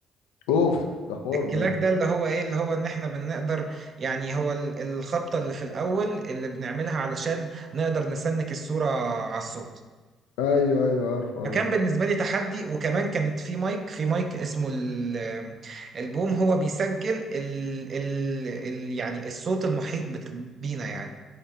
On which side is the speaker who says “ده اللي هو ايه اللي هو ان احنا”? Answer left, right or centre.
Right